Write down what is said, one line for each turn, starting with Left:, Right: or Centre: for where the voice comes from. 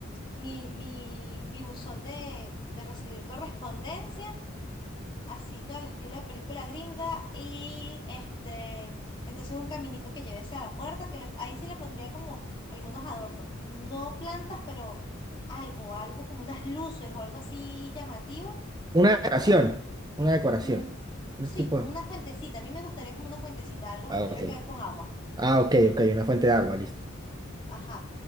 Left: mi, mi, mi buzón de, de recibir correspondencia así todo el estilo de película gringa y este, entonces un caminito que llevese a la puerta, que le- ahí sí le pondría como algunos adornos, no plantas, pero algo, algo como unas luces o algo así llamativo,
Right: Una
Left: o
Right: decoración.
Left: como una,
Right: Una decoración.
Left: mm,
Right: No
Left: sí,
Right: es tipo.
Left: como una fuentecita, a mí me gustaría como una fuentecita, algo
Right: Ah,
Left: que tuviera
Right: ok.
Left: que ver con agua,
Right: Ah, ok, ok. Una fuente de agua, listo.
Left: ajá.